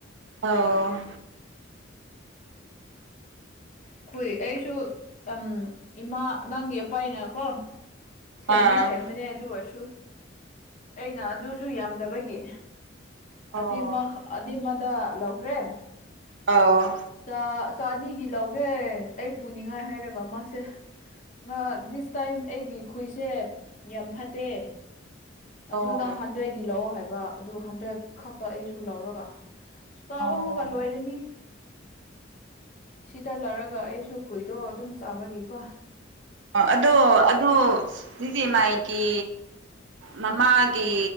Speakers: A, on the right; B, on the left.
A: ꯑꯣ
B: ꯈꯨꯏ ꯑꯩꯁꯨ ꯑꯝ ꯏꯃꯥ ꯅꯪꯒꯤ ꯑꯄꯩꯅꯀꯣ ꯁꯦꯝꯗꯤ
A: ꯑꯥ
B: ꯁꯦꯝꯕꯅꯤ ꯑꯗꯨ ꯑꯣꯏꯔꯁꯨ ꯑꯩꯅ ꯑꯗꯨꯁꯨ ꯌꯥꯝꯗꯕꯒꯤ
A: ꯑꯣ
B: ꯑꯗꯤꯃꯈ ꯑꯗꯤꯃꯗ ꯂꯧꯈ꯭ꯔꯦ
A: ꯑꯧ
B: ꯆꯥ ꯆꯥꯅꯤꯒꯤ ꯂꯧꯒꯦ ꯑꯩ ꯄꯨꯅꯤꯡꯉꯥꯏ ꯍꯥꯏꯔꯒ ꯃꯥꯁꯦ ꯉꯥ ꯗꯤꯁ ꯇꯥꯏꯝ ꯑꯩꯒꯤ ꯈꯨꯏꯁꯦ ꯌꯥꯝ ꯐꯠꯇꯦ
A: ꯑꯣ
B: ꯑꯗꯨ ꯅꯪ ꯍꯟꯗ꯭ꯔꯦꯠꯒꯤ ꯂꯧꯑꯣ ꯍꯥꯏꯕ ꯑꯗꯨ ꯍꯟꯗ꯭ꯔꯦꯗ ꯈꯛꯇ ꯑꯩꯁꯨ ꯂꯧꯔꯒ ꯆꯥꯕ
A: ꯑꯣ
B: ꯑꯃꯒ ꯂꯣꯏꯔꯅꯤ ꯁꯤꯗ ꯂꯧꯔꯒ ꯑꯩꯁꯨ ꯈꯣꯏꯗꯣ ꯑꯗꯨꯝ ꯆꯥꯕꯒꯤꯀꯣ
A: ꯑꯣ ꯑꯗꯣ ꯑꯗꯨ ꯁꯤꯁꯦ ꯃꯥꯥꯏꯒꯤ ꯃꯃꯥꯒꯤ